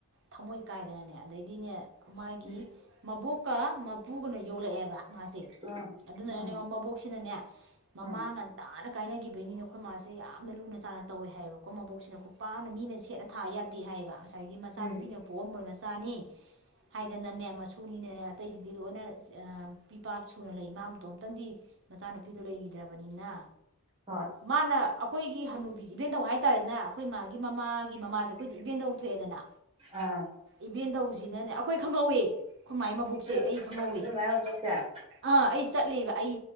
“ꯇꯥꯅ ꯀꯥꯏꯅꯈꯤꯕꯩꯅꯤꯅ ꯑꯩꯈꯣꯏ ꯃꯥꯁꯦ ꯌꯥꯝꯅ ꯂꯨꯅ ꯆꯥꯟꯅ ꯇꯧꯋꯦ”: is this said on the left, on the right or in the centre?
Right